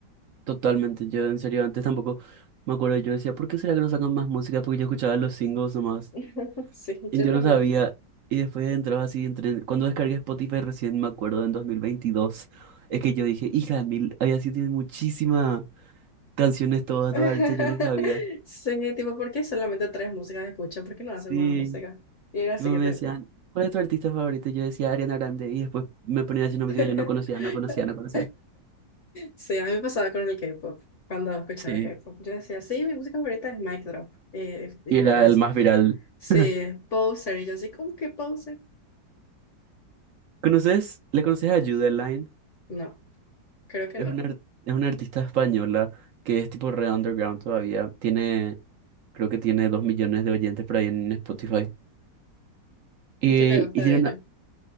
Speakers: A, on the right (about 60°); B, on the left (about 55°).
A: Totalmente. Yo en serio antes tampoco me acuerdo. Yo decía, ¿por qué será que no sacan más música? Porque yo escuchaba los singles nomás.
B: <laughs> Sí,
A: Y
B: yo
A: yo
B: también.
A: no sabía. Y después entraba así, entre... cuando descargué Spotify recién me acuerdo en dos mil veintidós Es que yo dije, hija de mil, había sido tiene muchísimas canciones todas,
B: <laughs>
A: todas artistas, yo no sabía.
B: Sí, tipo, ¿por qué solamente tres músicas escuchan? ¿Por qué no hacen
A: Sí.
B: más música? Y era así
A: Tipo
B: que...
A: me
B: también.
A: decían, ¿cuál es tu artista favorito? Y Yo decía Ariana Grande. Y después me ponía haciendo
B: <laughs>
A: música que yo no conocía, no conocía, no conocía.
B: Sí, a mí me pasaba con el K-pop, cuando escuchaba
A: Sí.
B: K-pop. Yo decía, sí, mi música favorita es Mic Drop. Y,
A: Y
B: y
A: era
B: ellos,
A: el más viral.
B: sí,
A: <laughs>
B: Poser. Y yo así, ¿cómo que Poser?
A: ¿Conoces? ¿Le conoces a Line?
B: No, creo que
A: Es
B: no.
A: una, ar- es una artista española que es tipo re underground todavía. Tiene, creo que tiene dos millones de oyentes por ahí en Spotify. Y,
B: ¿Y qué te gusta
A: y tiene
B: de ella?
A: una-